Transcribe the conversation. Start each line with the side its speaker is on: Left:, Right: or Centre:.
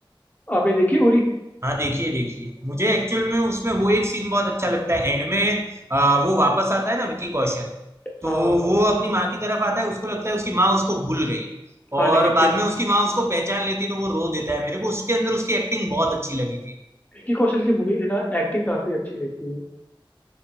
Left: आपने देखी उरी
Right: हाँ देखिए देखिए मुझे एक्चुअल में उसमें वो एक सीन बहुत अच्छा लगता है एंड में आ, वो वापस आता है ना विकी कौशल तो
Left: हाँ हाँ
Right: वो अपनी माँ की तरफ आता है उसको लगता है उसकी माँ उसको भूल गई
Left: हाँ
Right: और
Left: लेकिन
Right: बाद
Left: फिर
Right: में उसकी माँ उसको पहचान लेती है, तो वो रो देता है मेरे को उसके अंदर उसकी एक्टिंग बहुत अच्छी लगी थी
Left: विक्की कौशल की मूवी में ना एक्टिंग काफी अच्छी रहती है